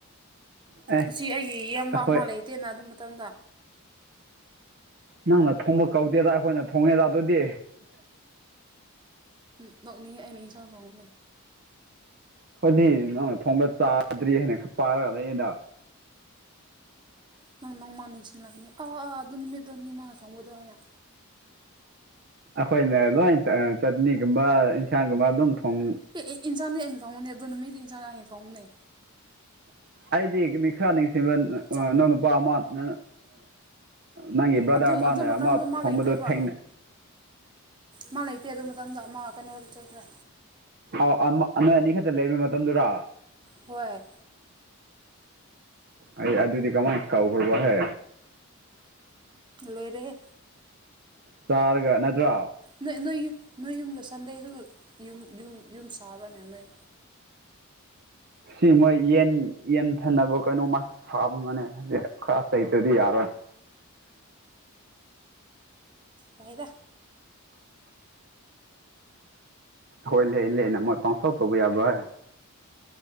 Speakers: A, on the right; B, on the right.
A: ꯑꯦ
B: ꯑꯁꯤ ꯑꯩꯒꯤ ꯏꯌꯥꯝꯕ
A: ꯑꯩꯈꯣꯏ
B: ꯑꯃ ꯂꯩ ꯇꯦꯟꯅ ꯑꯗꯨ ꯃꯇꯝꯗ
A: ꯅꯪꯅ ꯊꯣꯡꯕ ꯀꯧꯗꯦꯗ ꯑꯩꯈꯣꯏꯅ ꯊꯣꯡꯉꯦꯗ ꯑꯗꯨꯗꯤ
B: ꯎꯝ ꯂꯣꯛꯅꯤꯡ ꯑꯩꯅ ꯏꯟꯁꯥꯡ ꯆꯎꯕꯅꯦ
A: ꯑꯩꯈꯣꯏꯗꯤ ꯅꯪꯅ ꯊꯣꯡꯕ ꯆꯥꯗ꯭ꯔꯤ ꯍꯥꯏꯅ ꯈ ꯄꯥꯔꯒꯗ ꯗ
B: ꯅꯪ ꯅꯣꯡꯃ ꯅꯤꯡꯁꯤꯡꯜꯂꯛꯀꯅꯤ ꯑꯧ ꯑꯥ ꯑꯗꯨ ꯅꯨꯃꯤꯠ ꯑꯗꯨ ꯃꯤ ꯃꯥꯅ ꯐꯣꯡꯒꯣꯏꯗꯧ ꯍꯥꯏꯅ
A: ꯑꯩꯈꯣꯏꯅ ꯂꯣꯏ ꯆꯠꯅꯤꯒꯨꯝꯕ ꯏꯟꯁꯥꯡꯒꯨꯝꯕ ꯑꯗꯨꯝ ꯊꯣꯡ
B: ꯑꯦ ꯏꯟꯁꯥꯡꯗꯤ ꯑꯩꯅ ꯊꯣꯡꯕꯅꯦ ꯑꯗꯨ ꯅꯨꯠꯇꯗꯤ ꯏꯟꯁꯥꯡꯅꯤ ꯑꯩꯅ ꯊꯣꯡꯕꯅꯦ
A: ꯑꯩꯗꯤ ꯈꯔ ꯅꯤꯡꯁꯤꯡꯕ
B: ꯆꯥꯛ
A: ꯅꯪꯎ ꯅꯨꯄꯥ ꯑꯃ ꯅꯪ ꯅꯪꯒꯤ ꯕ꯭ꯔꯗꯔ
B: ꯑꯗꯨ
A: ꯑꯃꯅ
B: ꯑꯗꯨ ꯃꯇꯝꯗꯣ
A: ꯑꯃ
B: ꯃꯥ
A: ꯊꯣꯡꯕꯗꯣ
B: ꯂꯩꯇꯦꯕ
A: ꯊꯦꯡꯅꯩ
B: ꯃꯥ ꯂꯩꯇꯦ ꯑꯗꯨ ꯃꯇꯝꯗ ꯃꯥ ꯀꯩꯅ ꯑꯣꯏ ꯆꯠꯈ꯭ꯔ
A: ꯑꯥꯎ ꯅꯣꯏ ꯑꯅꯤ ꯈꯛꯇ ꯂꯩꯕ ꯃꯇꯝꯗꯨꯗ
B: ꯍꯣꯏ
A: ꯑꯩ ꯑꯗꯨ ꯑꯗꯨꯗꯤ ꯀꯃꯥꯏ ꯀꯥꯎ ꯑꯣꯏꯕꯣ ꯍꯦ
B: ꯂꯣꯏꯔꯦ
A: ꯆꯥꯔꯒ ꯅꯠꯇ꯭ꯔꯣ
B: ꯅꯣꯏ ꯅꯣꯏ ꯅꯣꯏ ꯌꯨꯝꯗ ꯁꯟꯗꯩꯗꯨ ꯌꯨꯝ ꯌꯨꯝ ꯌꯨꯝ ꯁꯥꯕ꯭ꯔꯅꯦ ꯅꯣꯏ
A: ꯁꯤ ꯃꯣꯏ ꯌꯦꯟ ꯌꯦꯟꯊꯅꯕ ꯀꯩꯅꯣ ꯃ ꯁꯥꯕ ꯃꯅꯦ ꯍꯧ ꯈꯔ ꯂꯩꯇ꯭ꯔꯗꯤ ꯌꯥꯔꯣꯏ
B: ꯐꯪꯉꯤꯗ
A: ꯍꯣꯏ ꯂꯩ ꯂꯩꯅ ꯃꯣꯏ ꯄꯪꯇꯥꯎ ꯇꯧꯕ ꯌꯥꯕ꯭ꯔꯍꯦ